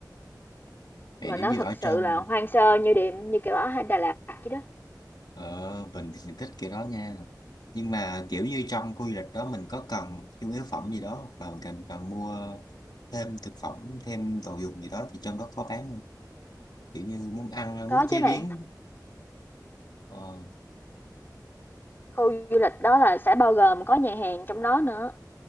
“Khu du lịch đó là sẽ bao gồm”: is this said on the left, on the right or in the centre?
Left